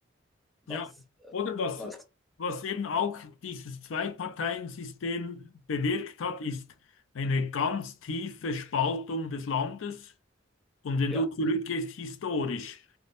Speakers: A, on the left; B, in the centre.
A: Ja.
B: Was,
A: Oder was,
B: was,
A: was eben auch dieses Zwei-Parteien-System bewirkt hat, ist eine ganz tiefe Spaltung des Landes. Und wenn
B: ja,
A: du zurückgehst historisch,